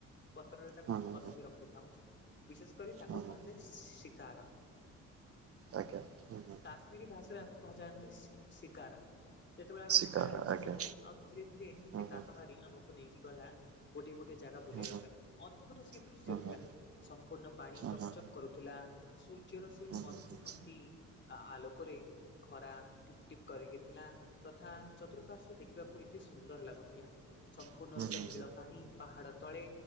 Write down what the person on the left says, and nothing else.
ପତ୍ରରେ ତାକୁ
ସଜା ହେ ରଖାଇଥାଉଛି। ବିଶେଷ କରି ତାକୁ
କୁହାଯାଏ ଶିକାର
କାଶ୍ମୀରୀ ଭାଷାରେ ଏହାକୁ କୁହାଯାଆନ୍ତି ଶିକାରା। ଯେତେବେଳେ ଆମେ
ଶିକାରରେ ବସିଲୁ
ଆଉ ଧୀରେ ଧୀରେ ସେ
କାତ
ମାରି ଆମକୁ ନେଇକି ଗଲା। ଗୋଟଏ ଗୋଟଏ ଜାଗା ବୁଲେଇବା
ପାଇଁ ଅଦ୍ଭୁତ ସେ ଦୃଶ୍ୟ
ଥିଲା
ସମ୍ପୂର୍ଣ୍ଣ ପାଣି
ଚକଚକ୍
କରୁ ଥିଲା ସୂର୍ଯ୍ୟର ସେହି
ମନ୍ଦି ମନ୍ଦି ଆଲୋକରେ ଖରା। ଟିପ୍ ଟିପ୍ କରିକି ଥିଲା ତଥା ଚତୁଃପାର୍ଶଵ ଦେଖିବାକୁ ଏ ଅତି ସୁନ୍ଦର ଲାଗୁଥିଲା ସମ୍ପୂର୍ଣ୍ଣ
ରୂପେ
ନୀଳ
ପାଣି ପାହାଡ ତଳେ